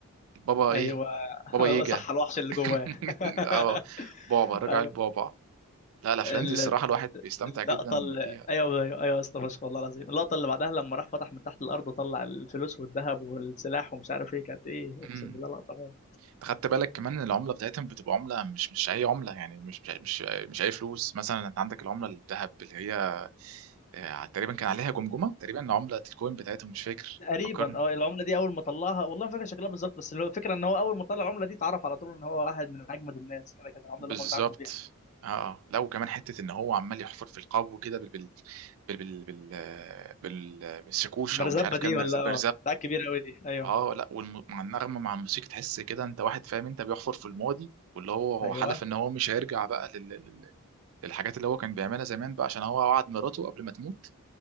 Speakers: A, on the right; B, on the left.
A: البابا
B: ايوه
A: ايه
B: <laughs>
A: بابا ييجا
B: صح الوحش اللي
A: <laughs>
B: جواه
A: اه
B: <laughs>
A: بابا رجع
B: ايوه
A: البابا لا الافلام
B: ال-
A: دي الصراحه الواحد بيستمتع
B: اللقطه
A: جدا
B: اللي
A: بيها
B: ايوه ايوه ايوه يا اسطى فشخ والله العظيم اللقطه اللي بعدها لما راح فتح من تحت الارض وطلع الفلوس والذهب والسلاح ومش عارف ايه كانت ايه اقسم
A: امم
B: بالله لقطه موت
A: أنت خدت بالك كمان ان العمله بتاعتهم بتبقى عمله مش مش اي عمله يعني مش مش مش, مش اي فلوس مثلا انت عندك العمله الذهب اللي هي آه، تقريبا كان عليها جمجمه تقريبا عمله الكوين بتاعتهم مش فاكر
B: تقريبا
A: فكرني
B: اه العمله دي اول ما طلعها والله ما فاكر شكلها بالظبط بس اللي هو الفكره ان هو اول ما طلع العمله دي اتعرف على طول ان هو واحد من اجمد الناس كده كده العمله
A: بالظبط
B: اللي هم بيتعاملوا بيها
A: اه آه. لا وكمان حته ان هو عمال يحفر في القبو كده بال بال بال بال بال, بال... آه، بالسكوشه
B: المرزبه
A: ومش عارف
B: دي
A: كان مرزبه
B: ولا اه بتاع كبير قوي دي ايوه
A: اه لا والم... مع النغمه مع الموسيقى تحس كده انت واحد فاهم انت بيحفر في الماضي واللي هو هو
B: ايوه
A: حلف ان هو مش هيرجع بقى لل... لل- للحاجات اللي هو كان بيعملها زمان بقى عشان هو وعد مراته قبل ما تموت